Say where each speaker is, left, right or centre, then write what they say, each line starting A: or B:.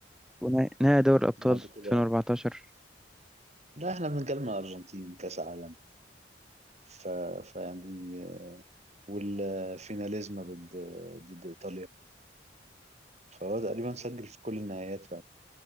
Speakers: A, in the centre; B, on the right.
A: ونهائي نهائي دوري الابطال
B: بعد كده
A: 2014
B: لا احنا بنتكلم على الارجنتين كاس عالم ف... فيعني والفيناليزما ضد ضد ايطاليا فهو تقريبا سجل في كل النهايات بقى